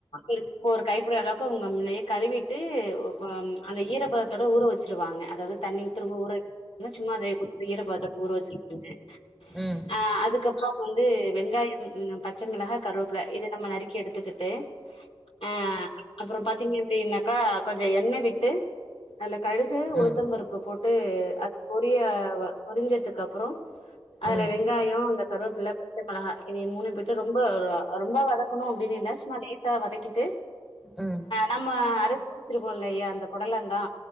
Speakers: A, on the left (about 85°); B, in the centre.
A: இருக் ஒரு கைப்பிடி அளவுக்கு அவுங்க முன்னையே கழுவிட்டு ஒ அம் அந்த ஈரபதத்தோட ஊற வச்சுருவாங்க அதாவது தண்ணி ஊத்தி திரும்ப ஊற வைக் னு சும்மாவே குடுத்து ஈரபதத்தோட ஊற வச்சுரு வாங்க
B: ம்.
A: ஆஹ் அதுக்கப்புறம் வந் து வெங்காயம் ம் ப ச்ச மிளகா கருவேப்பில இத நம்ம நறுக்கி எடுத்துக்கிட்டு அஹ் அப்புறம் பாத்தீங்க அப்டின்னாக்கா கொஞ்ச எண்ண விட்டு அதுல கடுகு உளுத்த
B: ம்.
A: பருப்பு போட்டு அது பொரிய பொறிஞ்சதுக்கு அப்புறம் அதுல
B: ம்.
A: வெங்காயம் அந்த கருவாப்பில ப ச்ச மொளகா இதைய மூணயும் போட்டு ரொம்ப ரொம்ப வதக்கணும் அப்டின்னு இல்ல சும்மா லேஸ் சா வதக்கிட்டு
B: ம்.
A: நம்ம அர வச்சுருக்கோல்லையா அந்த பொடலங்கா